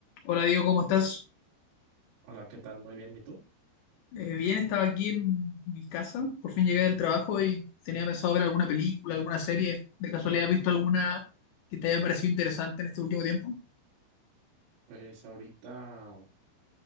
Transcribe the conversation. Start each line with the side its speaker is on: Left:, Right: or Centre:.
Left: Hola Diego, ¿cómo estás?
Right: Hola, ¿qué tal? Muy bien, ¿y tú?
Left: Eh, bien, estaba aquí en mi casa, por fin llegué del trabajo y tenía pensado ver alguna película, alguna serie. ¿De casualidad has visto alguna que te haya parecido interesante en este último tiempo?
Right: Pues ahorita